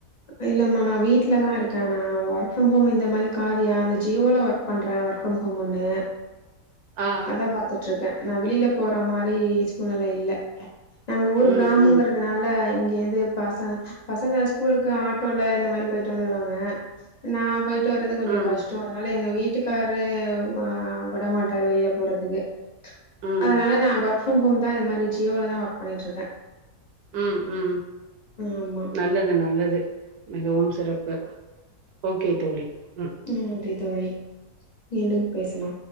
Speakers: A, on the left; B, on the right.
A: இல்லமா நா வீட்லதா இருக்கே நானா ஒர்க் ஃப்ரம் ஹோம் இந்த மாரி காரியா அந்த ஜீயோல ஒர்க் பண்றே ஒர்க் ஃப்ரம் ஹோமுன்னு
B: ஆ
A: அதா பாத்துட்டு இருக்கே நா வெளில போற மாரி சூழ்நில இல்ல நாங்
B: ம்
A: கிராமங்றதுனால
B: ம்
A: பச பசங்க ஸ்கூலுக்கு ஆட்டோல இந்த மாரி போயிட்டு வந்துருவாங்க நா போயி- வறது கொஞ்சோ
B: ம்
A: கஷ்டோ அதனால எங்க வீ வீட்டுக்காரு ஆ விட மாட்டாரு வெளில போறதுக்கு
B: ம்
A: அதனால நா வொர்க் வொர்க் ஃப்ரம் ஹோம் தா இத மாரி ஜியோல தா ஒர்க் பண்ணிட்டுருக்கே
B: உம் உம்
A: ஆமா.
B: நல்லது நல்லது மிகவும் சிறப்பு ஓகே தோழி ம்
A: உம் நன்றி தோழி மீண்டும் பேசலா